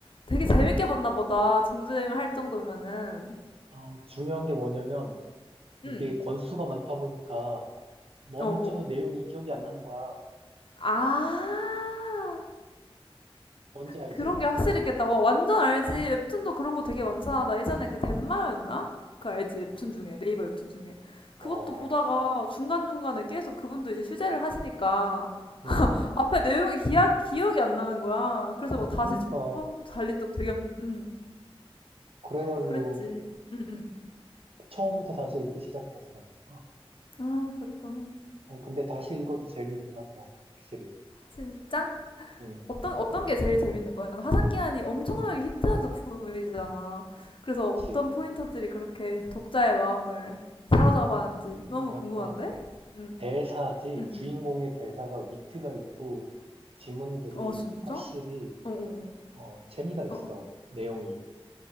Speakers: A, on the left; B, on the right.
A: 되게 재밌게 봤나 보다. 정주행을 할 정도면은.
B: 어, 중요한 게 뭐냐면 이게
A: 응,
B: 권수가 많다 보니까 먼저
A: 어, 어.
B: 내용이 기억이 안 나는 거야.
A: 아.
B: 뭔지 알지?
A: 그런 게 확실히 있겠다. 와, 완전 알지. 웹툰도 그런 거 되게 많잖아. 나 예전에 그 덴마였나? 그 알지.
B: 어,
A: 웹툰 중에. 네이버 웹툰 중에.
B: 어,
A: 그것도 보다가
B: 어.
A: 중간중간에 계속 그분도 이제 휴재를 하시니까
B: 음,
A: 앞에 내용이 기약, 기억이 안 나는 거야. 그래서 막 다시
B: 그니까.
A: 처음 달린 적 되게 많 음,
B: 그래가지고
A: 그랬지. 응, 응.
B: 처음부터 다시 읽기 시작했어. 어,
A: 아, 그랬구나.
B: 어, 근데 다시 읽어도 재미있긴 하더라. 확실히.
A: 진짜?
B: 응,
A: 어떤 어떤 게 제일 재밌는 거야? 난 화산기한이 엄청나게 히트한 작품이잖아. 그래서 어떤
B: 그치.
A: 포인터들이 그렇게 독자의 마음을 사로잡았는지
B: 그,
A: 너무
B: 뭐랄까,
A: 궁금한데? 응,
B: 대사지,
A: 응,
B: 주인공의
A: 응.
B: 대사가 위트가 있고, 지문들이
A: 어, 진짜?
B: 확실히,
A: 어, 어,
B: 어, 재미가 있어.
A: 어. 어.
B: 내용이.